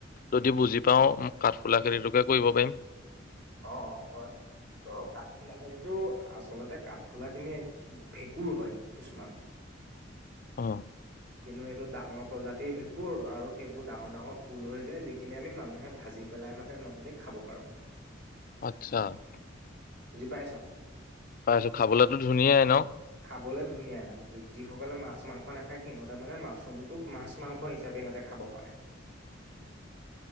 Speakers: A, on the left; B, on the right.
A: যদি বুজি পাওঁ কাঠফুলা খেতিটোকে কৰিব পাৰিম।
B: অ হয় ত কাঠফুলা খেতিটো আচলতে কাঠফুলা খিনি। কোৰ হয় কিছুমান।
A: অ
B: কিন্তু এইটো ডাঙৰ প্ৰজাতিৰ ভেঁকুৰ আৰু সেইবোৰ ডাঙৰ ডাঙৰ ফুল হৈ যায় যিখিনি আমি মানুহে ভাজি পেলাই মানে নৰ্মেলি খাব পাৰোঁ।
A: <unintelligible>
B: বুজি পাইছ
A: পাইছো খাবলেতো ধুনীয়াই ন
B: খাবলৈ ধুনীয়া যিসকলে মাছ মাংস নাখায়। সিহঁতে মানে মাছৰুমটো মাছ মাংস হিচাপে সিহঁতে খাব পাৰে।